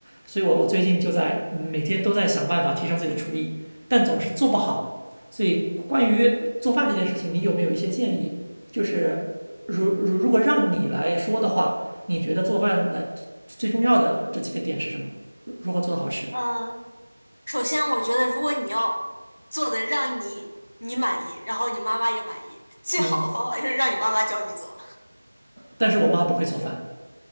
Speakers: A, on the right (about 45°); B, on the left (about 50°).
A: 所以我我最近就在嗯每天都在想办法提升自己的厨艺，但总是做不好。所以关于做饭这件事情，你有没有一些建议？就是如如如果让你来说的话，你觉得做饭来最重要的这几个点是什么？如如何做的好吃？
B: 哼，嗯，首先我觉得，如果你要做的让你你满意，然后你妈妈也满意，最好的方法就是让你妈妈教你做。
A: 嗯，但是我妈不会做饭，